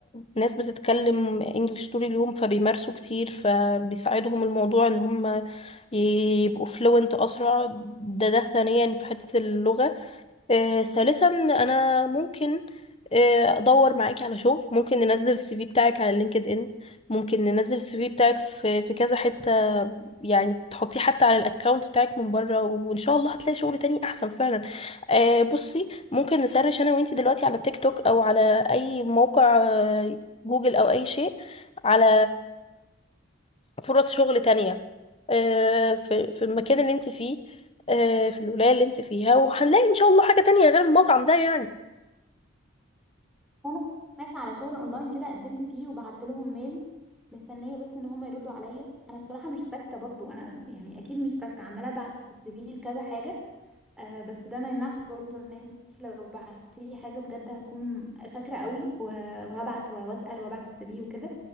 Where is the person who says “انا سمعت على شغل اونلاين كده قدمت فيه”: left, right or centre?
Centre